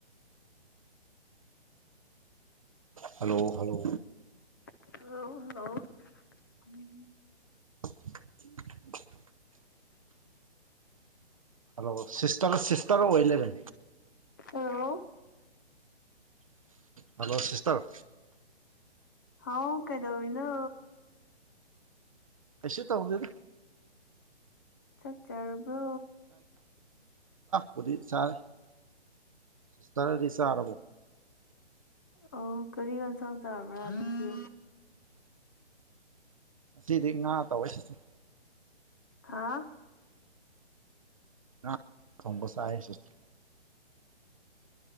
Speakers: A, on the right; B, on the left.
A: hello hello
B: ꯍ hello hello
A: <unintelligible> hello sister sister ꯑꯣꯏ ꯂꯩꯔꯦ
B: hello
A: hello sister
B: ꯍꯥꯎ ꯀꯥꯏꯗꯧꯔꯤꯅꯣ
A: ꯀꯩꯁꯨ ꯇꯥꯎꯗꯗ
B: ꯆꯥꯛ ꯆꯥꯔꯕ꯭ꯔꯣ
A: ꯄꯨꯗꯤ ꯆꯥꯔꯦ ꯁꯤꯁꯇꯔꯗꯤ ꯆꯥꯔꯕꯣ
B: ꯑꯣ ꯀꯔꯤ ꯌꯦꯟꯁꯥꯡ ꯆꯥꯕ꯭ꯔꯥ ꯑꯗꯨꯗꯤ
A: ꯉꯁꯤꯗꯤ ꯉꯥ ꯇꯧꯋꯦ ꯁꯤꯁꯇꯔ
B: ꯍꯥꯥ
A: ꯉꯥ ꯊꯣꯡꯕ ꯆꯥꯏꯌꯦ ꯁꯤꯁꯇꯔ